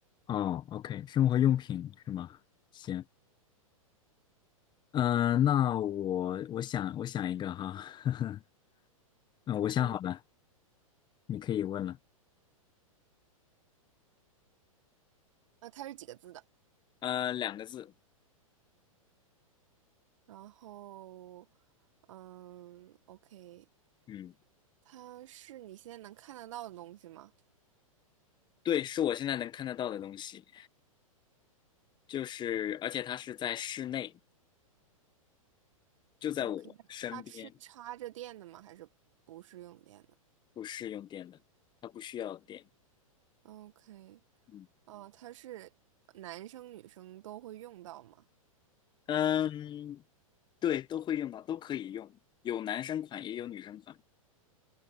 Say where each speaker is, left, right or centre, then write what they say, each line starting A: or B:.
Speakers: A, on the left (about 25°); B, on the right (about 60°).
A: 哦，OK，生活用品是吗？行，嗯、那我我想我想一个哈，<laughs> 嗯、我想好了，
B: 嗯，
A: 你可以问了。
B: 呃，它是几个字的？
A: 呃，两个字，
B: 然后嗯，OK，
A: 嗯，
B: 它是你现在能看得到的东西吗
A: 对，是我现在能看得到的东西，就是而且它是在室内，就在我身边，
B: ？OK，它是插着电的吗？还是不是用电的
A: 不是用电的，它不需要电。
B: ？OK，
A: 嗯，
B: 哦，它是男生女生都会用到吗？
A: 嗯对，都会用到，都可以用，有男生款也有女生款。